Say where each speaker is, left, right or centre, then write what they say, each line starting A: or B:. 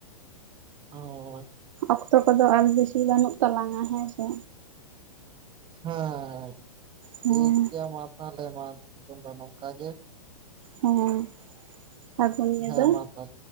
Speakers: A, on the right (about 25°); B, on the right (about 60°).
A: ᱦᱳᱭ
B: ᱚᱠᱛᱚ ᱠᱚᱫᱚ ᱟᱨ ᱵᱮᱥᱤ ᱵᱟᱹᱱᱩᱜ ᱛᱟᱞᱟᱝᱼᱟ ᱦᱮᱸ ᱥᱮ
A: ᱦᱮᱸ
B: ᱦᱮᱸ
A: ᱴᱷᱤᱠ ᱜᱮᱭᱟ ᱢᱟ ᱛᱟᱦᱚᱞᱮ ᱢᱟ ᱱᱤᱛᱚᱜ ᱫᱚ ᱱᱚᱝᱠᱟ ᱜᱮ
B: ᱦᱮᱸ ᱥᱟᱹᱜᱩᱱ ᱧᱤᱫᱟᱹ
A: ᱦᱮᱸ ᱢᱟ ᱛᱟᱦᱚᱞᱮ